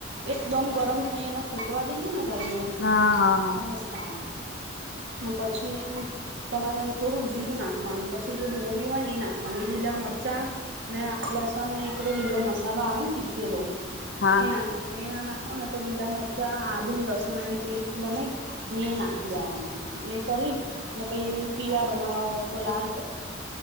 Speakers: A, on the right; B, on the left.
A: એકદમ ગરમ થઈ અને ફૂટવા દઈએ ને રઈને.
B: હા હા હા
A: નમસ્કાર. પછી તમારે થોડુંક જીરું નાખવાનું પછી જે ડુંગળી હોય એ નાખવાની લીલા મરચાં ને લસણ ને એકલોો લીલો મસાલો આવે ને કીજ
B: હા
A: એ નાખવાનું એ ના નાખવા ને તો લીલા મરચા, આદુ, લસ ચણા ની પેસ્ટ બનાઈ ને નાખી લેવાનું એ કરી પીળ બનાવવા હોય તો લાલ